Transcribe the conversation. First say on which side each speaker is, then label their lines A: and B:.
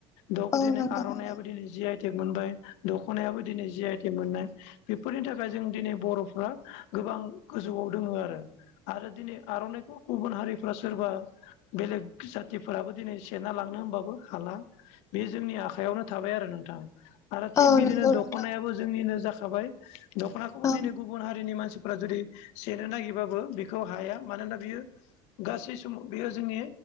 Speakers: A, on the left; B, on the left.
A: दखदिन
B: औ नंगौ
A: आर'नायाबो दिनो जियाय थेख आइक मोनबाय दख'नायाबो दिनै जि आइ टेक मोननाय बेफोरनि थाखाय जों दिनै बर'फ्रा गोबां गोजौआव दोङ आरो आरो दिनै आर'नाइखौ गुबुन हारिफ्रा सोरबा बेलेग जाथिफोराबो दिनै सेना लांनो होनबाबो हाला। बे जोंनि आखायावनो थाबाय आरो नोंथां। आरो थिग
B: औ
A: बिदिनो
B: नंगौ
A: दख'नायाबो
B: नंगौ
A: जोंनिनो जाखाबाय दख'नाखौबो
B: औ
A: दिनै गुबुन हारिनि मानसिफोरा जुदि सेनो नागिरबाबो बेखौ हाया मानोना बियो गासै समाव बेयो जोंनि